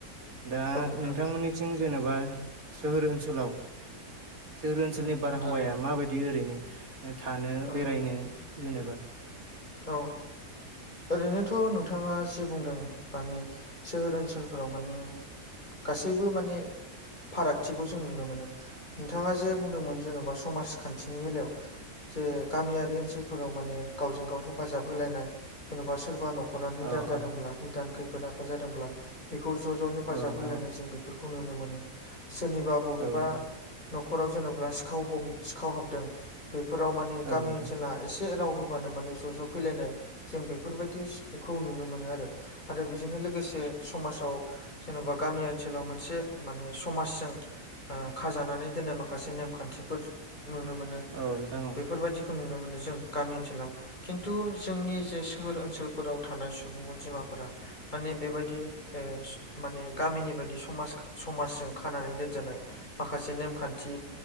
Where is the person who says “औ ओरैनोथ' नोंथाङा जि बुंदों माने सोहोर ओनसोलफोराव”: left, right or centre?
Left